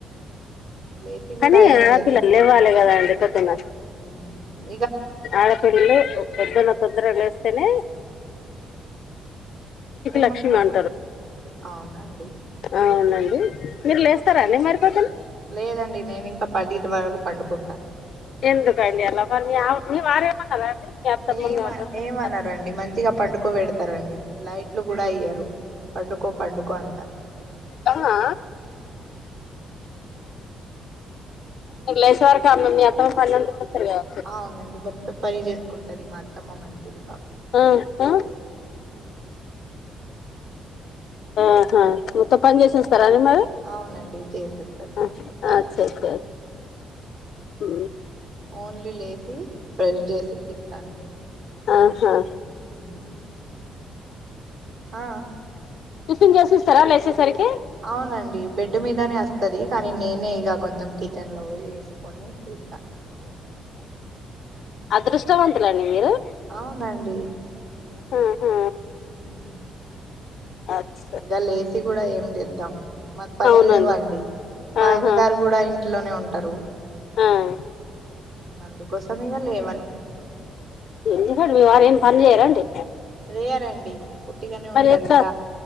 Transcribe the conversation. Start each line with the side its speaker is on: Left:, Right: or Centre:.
Right: లేసి
Left: కానీ
Right: కూడా
Left: ఆడపిల్లలు
Right: ఏం
Left: లేవ్వాలి కదా అండి పొద్దున
Right: ఆ
Left: ఆడపిల్లలు పొద్దున తొందర లేస్తనే
Right: ఏముంటా
Left: లక్ష్మి అంటారు
Right: అవునా అండి
Left: అవునండి మీరు లేస్తారా అండి మరి పొద్దున
Right: లేదండి నేమి ఇంకా పదిటి వరకు పండుకుంటా
Left: ఎందుకు అండి అలా మరి మీ వారేమన్నారా అండి మీ అత్తమ్మ
Right: ఏమ
Left: మీ వదినలు
Right: ఏమన్నారండి
Left: ఏమన్నారా
Right: మంచిగా పండుకో పెడతారండి లైట్లు కూడా ఏయ్యారు పండుకో పండుకో అంటా
Left: ఆహా నువ్వు లేసే వరకు అన్నం మీ అత్త వాళ్ళు పని నుంచి వస్తరు కదా
Right: అవునండి మొత్తం పని చేసుకుంటది మా అత్తమ్మ మంచిది పాప
Left: అ ఆ ఆహ మొత్తం పని చేసేస్తారండి మరి
Right: అవునండి చేసేస్తది
Left: అచ్
Right: మొత్తం పని
Left: అచ్చ అచ్చ అచ్ హు
Right: ఓన్లీ లేసి బ్రష్ చేసి తింటానండి
Left: ఆహా
Right: ఉమ్. ఆ
Left: టిఫిన్ చేసి ఇస్తారా లేసేసరికి
Right: అవునండి బెడ్ మీదనే అస్తది కానీ నేనే ఇగ కొంచెం కిచెన్ లో పోయేసి కొని తీత్తా
Left: అదృష్టవంతులండి మీరు
Right: అవునండి
Left: ఆహా
Right: ఉ
Left: అచ్
Right: ఇక లేసి కూడా ఏం చేద్దాం మాకు పనిలు
Left: అవునండి
Right: లేవండి మా
Left: ఆహా
Right: ఆయన గారు కూడా ఇం ఇంట్లోనే ఉంటరు
Left: ఆ ఆ
Right: అందుకోసం ఇగ లేవను
Left: ఎందుకండి మీ వారు ఏం పని చేయ్యరండి
Right: రేర్ అండి ఉట్టిగానే ఉంటారు
Left: ఎట్లా
Right: ఇగ